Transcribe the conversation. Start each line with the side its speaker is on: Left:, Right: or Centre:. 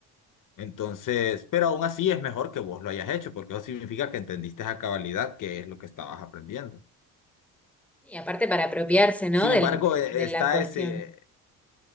Left: Entonces, pero aún así es mejor que vos lo hayas hecho, porque eso significa que entendiste a cabalidad qué es lo que estabas aprendiendo.
Centre: Y aparte para apropiarse, ¿no?
Left: Sin
Centre: Del,
Left: embargo,
Centre: del-
Left: eh,
Centre: de
Left: está
Centre: la cuestión.
Left: ese,